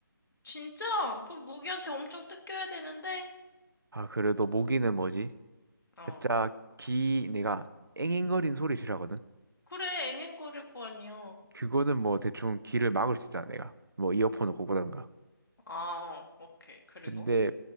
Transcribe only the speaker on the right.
아, 그래도 모기는 뭐지?
살짝 귀, 내가 앵앵거리는 소리 싫어하거든?
그거는 뭐 대충 귀를 막을 수 있잖아, 내가. 뭐 이어폰을 꽂고든가.
근데,